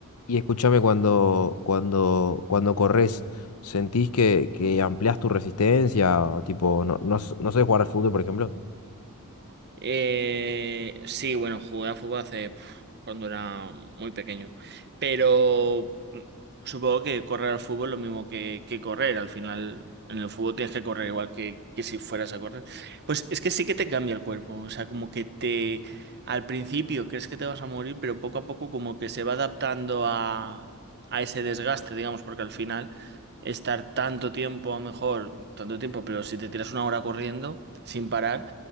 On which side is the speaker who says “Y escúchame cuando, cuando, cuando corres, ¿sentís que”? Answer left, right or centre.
Left